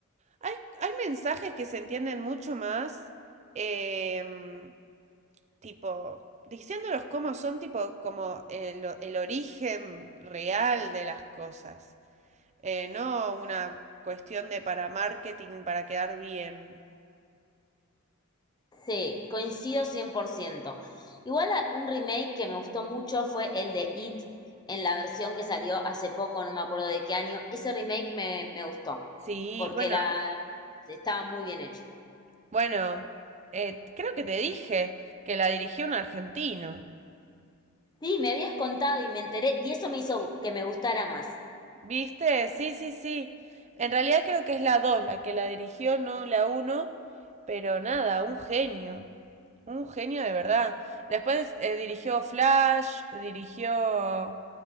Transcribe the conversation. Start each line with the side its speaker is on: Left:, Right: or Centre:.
Right: hay, hay mensajes que se entienden mucho más, em, tipo, diciéndolos cómo son, tipo, como el, o- el origen real de las cosas, Eh, no una cuestión de para marketing, para quedar bien.
Left: Sí, coincido 100%. Igual a- un remake que me gustó mucho fue el de It en la versión que salió hace poco, no me acuerdo de qué año. Ese remake me, me gustó
Right: Sí,
Left: porque
Right: bueno,
Left: la estaba muy bien hecho.
Right: Bueno, eh, creo que te dije que la dirigió un argentino.
Left: Sí, me habías contado y me enteré y eso me hizo que me gustara más.
Right: ¿Viste? Sí, sí, sí. En realidad creo que es la 2, la que la dirigió, no la uno. Pero nada, un genio. Un genio de verdad. Después eh, dirigió Flash, dirigió